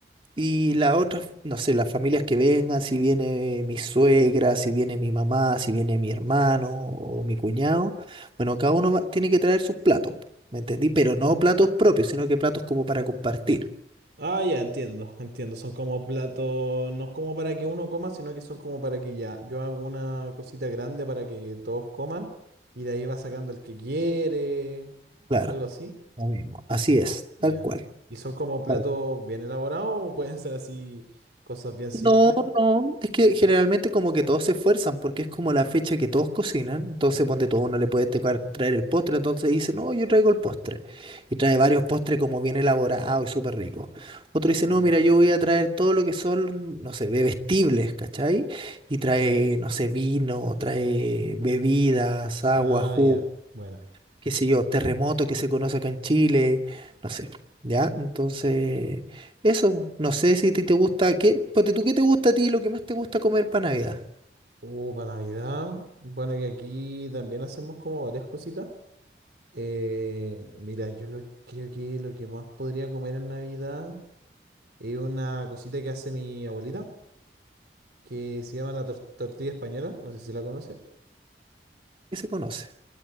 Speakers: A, on the right; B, on the right.
A: y la otra, no sé, las familias que vengan, si viene mi suegra, si viene mi mamá, si viene mi hermano o mi cuñado, bueno, cada uno va- tiene que traer sus platos, ¿me entendí? Pero no platos propios, sino que platos como para compartir.
B: Ah, ya, entiendo, entiendo. Son como platos, no es como para que uno coma, sino que son como para que ya, yo hago una cosita grande para que todos coman y de ahí va sacando el que quiere,
A: Claro,
B: algo así.
A: lo mismo. Así es,
B: Ya.
A: tal cual.
B: ¿Y son como platos
A: Tal
B: bien elaborados o pueden ser así cosas bien simples?
A: No, no, es que generalmente como que todos se esfuerzan porque es como la fecha que todos cocinan, entonces ponte todo uno le puede tocar traer el postre, entonces dice, no, yo traigo el postre, y trae varios postres como bien elaborado y súper rico. Otro dice, no,
B: Mm.
A: mira, yo voy a traer todo lo que son, no sé, bebestibles, ¿cachai? Y trae, no sé, vino, trae bebidas, agua,
B: Ah,
A: jugo
B: ya, bueno.
A: qué sé yo, terremoto que se conoce acá en Chile, no sé, ¿ya? Entonces, eso, no sé si te, te gusta, ¿qué, ponte tú, ¿qué te gusta a ti, lo que más te gusta comer para Navidad?
B: Uh, para Navidad. Bueno, que aquí también hacemos como varias cositas. Eh, mira, yo lo, creo que lo que más podría comer en Navidad. Es una cosita que hace mi abuelita, que se llama la tor- tortilla española, no sé si la conoce.
A: ¿Qué se conoce?